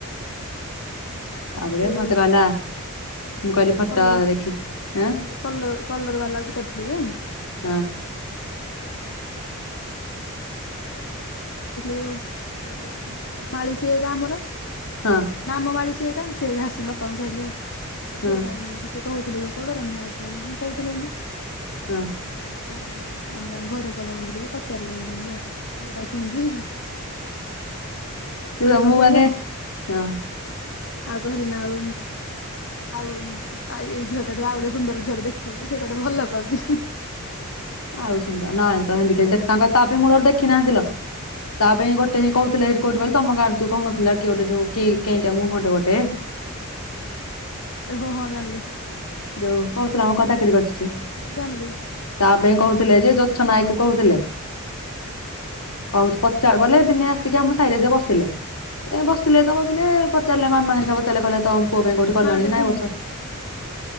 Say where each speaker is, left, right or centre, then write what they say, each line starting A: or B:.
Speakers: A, on the left; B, on the left.
A: ଏ
B: ତାପରେ
A: ଯୋଉ
B: ମତେ କହିଲା
A: ଏ
B: ମୁଁ
A: ଯୋଉ
B: କହିଲି ଫଟୋ
A: କଲର।
B: ଦେଖି ଆଁ
A: ଏ ଯୋଉ କଲର, କଲର ବାଲା କୁ ପଚାରିଥିଲେ ଯେ ହୁଁ ହୁଁ। ବାଙ୍ଗର
B: ହଁ।
A: କଲରଇ ଯୋଉ ଆମ <unintelligible> ମାଳି ସେ କେ ଆମର
B: ହଁ
A: ନାମ ମାଳି ସେ ଏକା, ସେ ଆସି ବାପାଙ୍କୁ କହିଲେ ଆଉ, ଆଉ
B: ହଁ
A: ଝିଅ ପାଇଁ କହୁଥିଲେ କି ପଡରେ, ମୋ ବାପା କହିଲେ ହଁ କହୁଥିଲେ ଏମିତି, ତା ପରେ
B: ହଁ
A: ଆଉ କଣ ଆମେ ଘର କଲର କରୁଥିଲୁ ଯେ ପଚାରିଲେ ଏମ୍-ଏମିତି ଆଉ। ଝିଅଟା କେମତି? ପ
B: ହଁ
A: ସମ
B: ମୁଁ ମାନେ
A: ଆ <unintelligible>
B: ହଁ।
A: ଆ କହିଲ ନାଉ। ଆଉ ଗ ଏଇ ଝିଅ ଟାଠୁ, ଆଉ ଗୋଟେ ସୁନ୍ଦର ଝିଅ ଟେ ଦେଖିଥିଲୁ ଯେ ସିଏ ଗୁଟେ ଭଲ ପାଉଛି।
B: ଆଉ ସୁନ୍ଦର ନାଇ ତ ହେଣ୍ଡିକେଫ, ଦେଖ-ତାଙ୍କର ତ ବି ମୂଳରେ ଦେଖି ନାହାନ୍ତି ଲୋ। ତା ପାଇଁ ଗୋଟେ ହିଁ କହୁଥିଲେ ଏଇଠି କୋଉଠି ବୋଲି, ତମ ଗାଁରେ ଯଉ କହୁନଥିଲା, କିଏ ଗୋଟେ ଯୋଉ କେନ୍ତିଆ ମୁହଁଟେ ଗୋଟେ।
A: ହଁ, ହଁ ଜାଣିଲି।
B: ଯଉ କହୁଥିଲା ଆମେ କଣ ଚାକିରି କରିଛି ସିଏ?
A: ହଁ ଜାଣିଲି
B: ତା ପାଇଁ କୋ ଥିଲେ ଯେ, ଯୋଛ ନାୟକ କୁ କହୁଥିଲେ।
A: ହୁଁ।
B: କହୁଛି ପଚାର ବଲେ ଦିନେ ଆସିକି ଆମ ସାହିରେ ଯେ ବସିଲେ।
A: ହୁଁ
B: ବସିଲେ ତ ବସିଲେ। ଚାଲ ମାମା ହେରିକା ପଚାରିଲେ। କହିଲେ, ତମ ପୁଅ ପାଇଁ କୋଉଠି
A: ତା
B: କଲଣି
A: ମା ଟା
B: କି ନାଇଁ ଏ ବର୍ଷ?
A: ମାଡୁଆ ନା ଭଲ